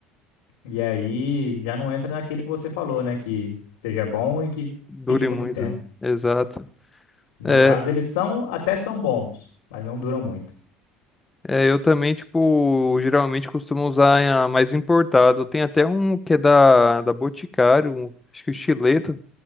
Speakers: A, on the left; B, on the left.
A: e aí já não entra naquilo que você falou, né? Que seja bom e que
B: Dure
A: fique muito
B: muito,
A: tempo.
B: né? Exato.
A: No
B: É,
A: caso, eles são, até são bons, mas não duram muito.
B: é, eu também, tipo, geralmente costumo usar a mais importado. Tem até um que é da, da Boticário, um- acho que o Chileto.